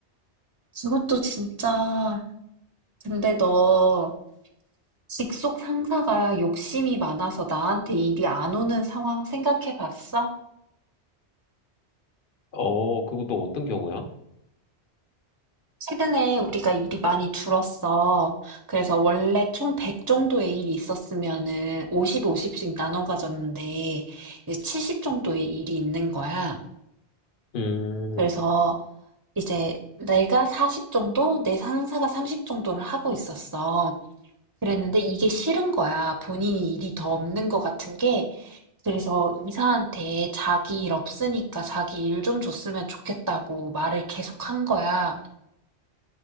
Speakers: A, on the right (about 25°); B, on the left (about 50°).
A: 그것도 진짜. 근데 너 직속 상사가 욕심이 많아서 나한테 일이 안 오는 상황 생각해 봤어?
B: 어, 그거 또 어떤 경우야?
A: 최근에 우리가 일이 많이 줄었어. 그래서 원래 총 100 정도의 일이 있었으면은 50, 50씩 나눠 가졌는데 이제 70 정도의 일이 있는 거야.
B: 음,
A: 그래서 이제 내가 40 정도, 내 상사가 30 정도를 하고 있었어. 그랬는데 이게 싫은 거야. 본인이 일이 더 없는 것 같은 게. 그래서 이사한테 자기 일 없으니까 자기 일 좀 줬으면 좋겠다고 말을 계속 한 거야.